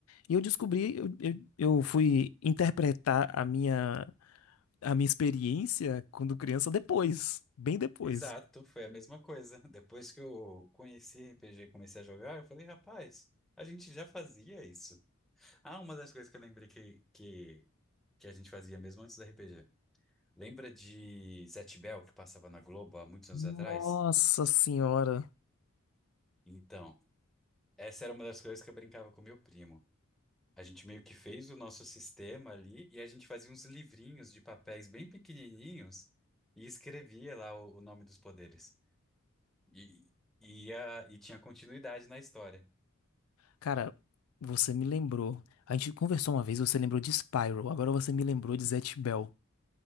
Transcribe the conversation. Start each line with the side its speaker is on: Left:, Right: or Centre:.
Left: E eu descobri, eu, eu, eu fui interpretar a minha, a minha experiência quando criança depois, bem depois.
Centre: Exato, foi a mesma coisa. <laughs> Depois que eu conheci RPG e comecei a jogar, eu falei, rapaz, a gente já fazia isso. Ah, uma das coisas que eu lembrei que, que, que a gente fazia mesmo antes do RPG. Lembra de Zet Bell, que passava na Globo há muitos anos
Left: Nossa
Centre: atrás?
Left: senhora.
Centre: Então, essa era uma das coisas que eu brincava com meu primo. A gente meio que fez o nosso sistema ali e a gente fazia uns livrinhos de papéis bem pequenininhos e escrevia lá o, o nome dos poderes. E, e, ia- e tinha continuidade na história.
Left: Cara, você me lembrou. A gente conversou uma vez, você lembrou de Spyro, agora você me lembrou de Zatch Bell.